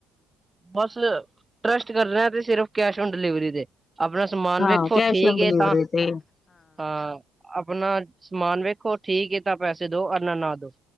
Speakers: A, on the right; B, on the left.
A: ਬਸ ਟਰਸਟ ਕਰ ਰਹੇ ਤੇ ਸਿਰਫ, ਕੇਸ਼ ਔਨ ਡਿਲੀਵਰੀ ਦੇ। ਆਪਣਾ, ਸਮਾਨ
B: ਹਾਂ
A: ਵੇਖੋ
B: ਕੈਸ਼
A: ਠੀਕ
B: ਔਨ ਡਿਲੀਵਰੀ
A: ਤਾਂ,
B: ਤੇ
A: ਹਾਂ। ਆਪਣਾ ਸਮਾਨ ਵੇਖੋ, ਠੀਕ ਏ ਤਾਂ ਪੈਸੇ ਦੋ, ਆਨਾ ਨਾ ਦੋ।